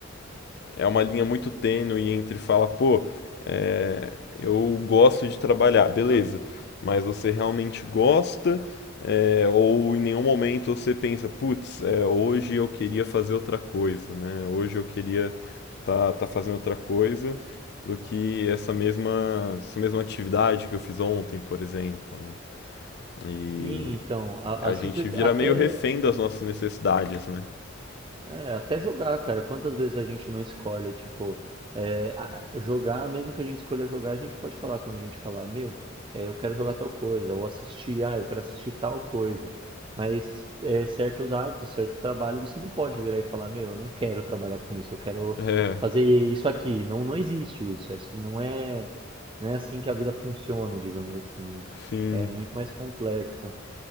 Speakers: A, on the left (about 55°); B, on the right (about 25°).
A: é uma linha muito tênue entre falar, pô, é, eu gosto de trabalhar, beleza, mas você realmente gosta é, ou em nenhum momento você pensa, putz, é, hoje eu queria fazer outra coisa, né? Hoje eu queria tá, tá fazendo outra coisa do que essa mesma, essa mesma atividade que eu fiz ontem, por exemplo, né? E
B: Sim, então, a,
A: a
B: a simples,
A: gente vira
B: até
A: meio refém das nossas necessidades, né?
B: É, até jogar, cara. Quantas vezes a gente não escolhe, tipo, é, a- a- jogar, mesmo que a gente escolha jogar, a gente pode falar quando a gente falar, meu, é, eu quero jogar tal coisa, ou assistir, ah, eu quero assistir tal coisa. Mas é, certos hábitos, certos trabalhos, você não pode virar e falar, meu, eu não quero trabalhar com isso, eu quero
A: É,
B: fazer isso aqui. Não, não existe isso. é- não é, não é assim que a vida funciona, digamos assim, né?
A: enfim.
B: É muito mais complexa,